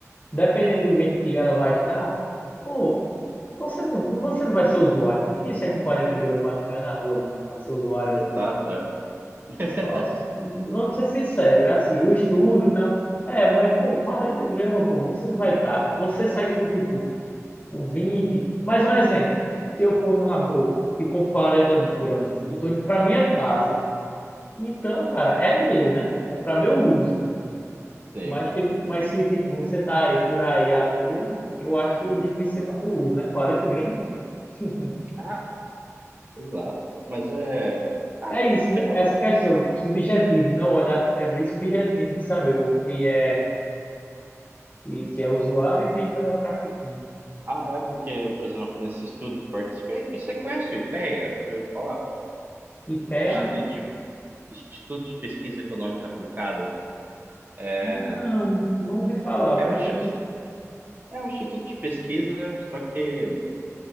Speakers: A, on the left; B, on the right.
A: dependendo do jeito que ela vai estar, pô, você não, você não vai ser usuário. Ninguém sai com 40 gramas de maconha na rua, não, pra ser usuário,
B: Exato,
A: não.
B: é. <laughs>
A: Só- vamos ser sinceros, é assim, o estudo e tal. É, mas, pô, 40 gramas, pô, você não vai estar. Você sai com, tipo, um 20. mas um exemplo. Se eu for numa boca e compro 40 gramas e tô indo pra minha casa, então, cara, é meu, né? É pra meu uso.
B: Sim.
A: Mas, tem, mas se, tipo, você tá aí por aí à toa, eu acho difícil ser pra seu uso, né? 40 gramas. <laughs>
B: Ah, exato. Mas é. Ah,
A: É isso,
B: você...
A: né?
B: co-
A: Essa questão, subjetivo, né? O olhar é bem subjetivo de saber o- quem é. e que é usuário e que está traficando.
B: ah, é porque, por exemplo, nesse estudo que eu participei, e você conhece o IPEA? Já ouviu falar?
A: E IPEA?
B: Instituto de Instituto de Pesquisa Econômica Aplicada. É,
A: Não, não ouvi falar,
B: é
A: mas
B: um instituto,
A: eu
B: é um instituto de pesquisa, né? só que